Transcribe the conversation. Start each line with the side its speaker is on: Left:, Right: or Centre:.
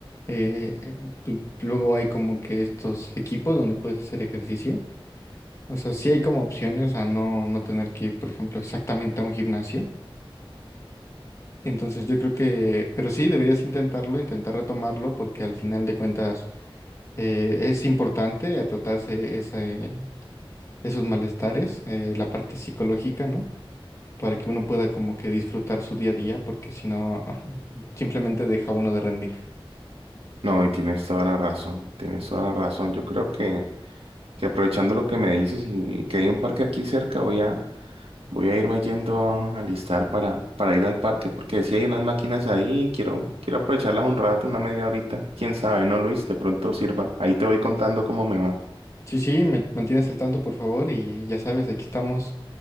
Left: Eh, eh, pu- luego hay como que estos equipos donde puedes hacer ejercicio. O sea, sí hay como opciones a no, no tener que ir, por ejemplo, exactamente a un gimnasio. Entonces yo creo que, pero sí, deberías intentarlo, intentar retomarlo, porque al final de cuentas eh, es importante a tratarse ese- esos malestares, eh, la parte psicológica, ¿no? Para que uno pueda como que disfrutar su día a día, porque si no, <laughs> simplemente deja uno de rendir.
Right: No, y tienes toda la razón, tienes toda la razón. Yo creo que, que aprovechando lo que me dices y que hay un parque aquí cerca, voy a, voy a irme yendo a alistar para, para ir al parque, porque si hay unas máquinas ahí, quiero, quiero aprovecharlas un rato, una media horita. Quién sabe, ¿no, Luis? De pronto sirva. Ahí te voy contando cómo me va.
Left: Sí, sí, me mantienes al tanto, por favor, y ya sabes, aquí estamos